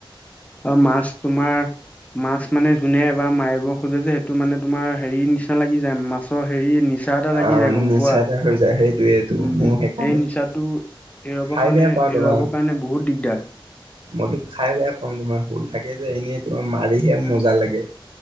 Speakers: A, on the left; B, on the right.
A: অ মাছ তোমাৰ মাছ মানে যোনে এ বাাৰ মাৰিব খোজে যে সেইটো মানে তোমাৰ হেৰি নিচিনা লাগি যায় মাছৰ হেৰি নি নিচা এটা লাগি
B: আহ
A: যায় গম
B: নিচা
A: পোৱা,
B: এটা হৈ যায় সেইটোয়েটো
A: উম
B: মোৰ সেইকাৰণে
A: এই নিচাটো এই এৰোৱাব
B: খাই
A: কাৰণে
B: বেয়া পাওঁ তোমাৰ
A: এৰোৱাবৰ কাৰণে বহুত দিগদাৰ।
B: মইতো খাই বেয়া পাওঁ তোমাৰ হুল থাকে যে এনেই তোমাৰ মাৰিহে মজা লাগে।